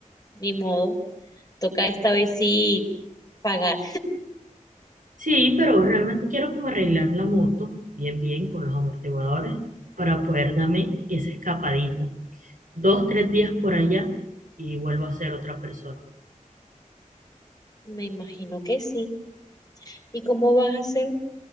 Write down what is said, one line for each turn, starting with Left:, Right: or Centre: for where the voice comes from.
Left: ni modo. Toca esta vez sí pagar.
Right: Sí, pero realmente quiero como arreglar la moto bien, bien con los amortiguadores para poder darme esa escapadita. Dos, tres días por allá y vuelvo a ser otra persona.
Left: Me imagino que sí. ¿Y cómo vas a hacer?